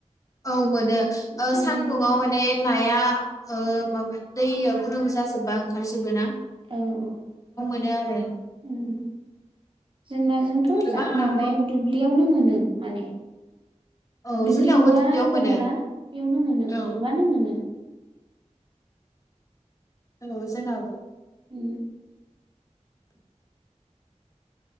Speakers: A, on the left (about 25°); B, on the right (about 45°).
A: औ। मोनो ओ
B: सान्दुं
A: सानदुङाव
B: दुंनायाव
A: माने नाया ओ माबा दैया गुदुं जाजोबबा ओंखार जोबो ना?
B: औ।
A: नो आरो।
B: ओम जोंना ओजोंथ
A: गोबां
B: जा
A: ना
B: माबायाव
A: मोनो
B: दुब्लियावनो मोनो माने।
A: औ
B: दुब्लि
A: जोंनावबो
B: गुवार
A: दुब्लियाव मोनो
B: दङना बेयावनो मोनो
A: औ
B: गुरबानो मोनो।
A: औ जोंनावबो।
B: उम।